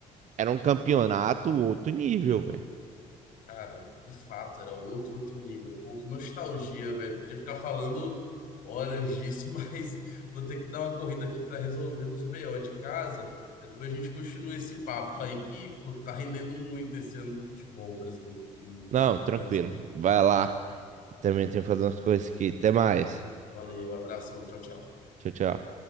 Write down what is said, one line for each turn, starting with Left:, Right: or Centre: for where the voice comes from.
Right: Era um campeonato outro nível, velho.
Left: Cara, de fato, era outro, outro nível. Pô, que nostalgia, velho. Podia ficar falando horas disso, <laughs> mas vou ter que dar uma corrida aqui pra resolver uns BO de casa. Mas depois a gente continua esse papo aí que, pô, tá rendendo muito esse ano do futebol brasileiro e
Right: Não, tranquilo.
Left: internacional.
Right: Vai lá. Também tenho que fazer umas coisas aqui. Até mais.
Left: Valeu, abraço, irmão. Tchau, tchau.
Right: Tchau, tchau.